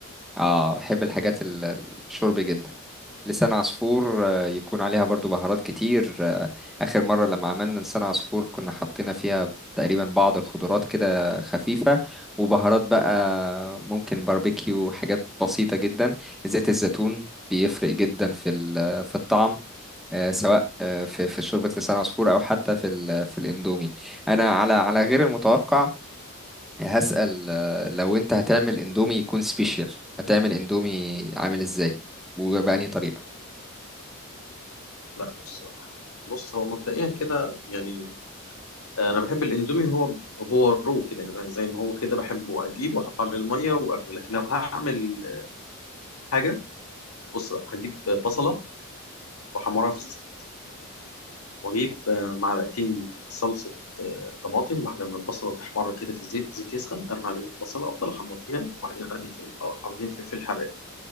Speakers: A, in the centre; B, on the left.
A: اه بحب الحاجات ال- الشرب جدا لسان عصفور آه، يكون عليها برضو بهارات كتير آه، اخر مره لما عملنا لسان عصفور كنا حطينا فيها تقريبا بعض الخضروات كده خفيفه وبهارات بقى ممكن باربيكيو حاجات بسيطه جدا زيت الزيتون بيفرق جدا في ال- في الطعم آه، سواء آه، في في شوربة لسان عصفور أو حتى في ال- في الإندومي أنا على على غير المتوقع هسأل آه، لو أنت هتعمل إندومي يكون سبيشال هتعمل إندومي عامل إزاي وبأنهي طريقة
B: لا بص بص هو مبدئيا كده يعني انا بحب الاندومي هو هو رو كده يعني بقى زي ما هو كده بحبه اجيبه واحط عليه الميه واكله لكن لو هعمل حاجه بص بقى هجيب بصله واحمرها في الزيت واجيب آه، معلقتين صلصه آه، طماطم بعد ما البصله تحمر كده في الزيت الزيت يسخن ارمي عليه البصله افضل احمر فيها وبعدين ارمي في قرنين فلفل حراق